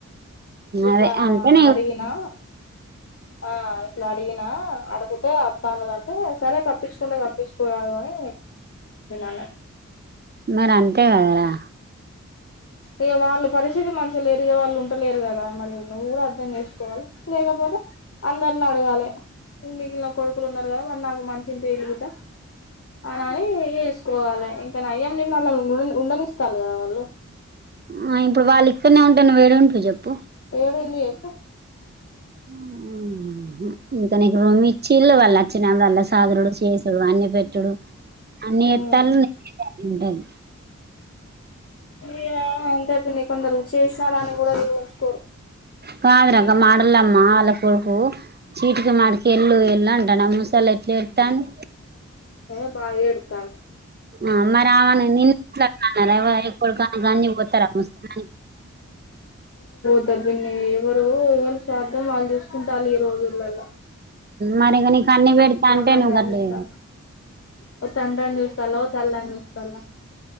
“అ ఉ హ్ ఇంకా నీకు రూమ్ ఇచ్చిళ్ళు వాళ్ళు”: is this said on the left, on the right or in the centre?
Right